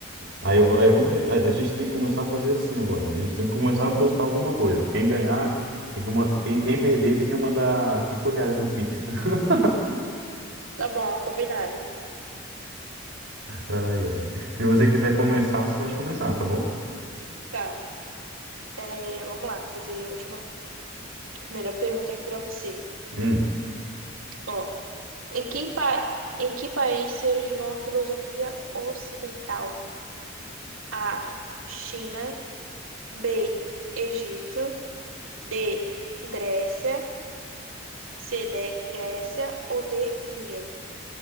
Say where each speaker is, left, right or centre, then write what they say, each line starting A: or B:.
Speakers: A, on the right; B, on the right.
A: Aí, eu vou- aí vamos, a, a gente tem que começar a fazer assim agora. A gente tem que começar a postar alguma coisa. Quem ganhar, tem que, ma- quem, quem perder tem que mandar cinco reais no Pix. <laughs>
B: Tá bom, combinado.
A: Ai, ai. Se você quiser começar, você pode começar, tá bom?
B: Tá, é, vamos lá, fazer a última, primeira pergunta aqui pra você.
A: Hum.
B: Ó, em quem pa- em que país se originou a filosofia ocidental? A, China, B, Egito, D, Grécia, C, D, Grécia ou D, Índia?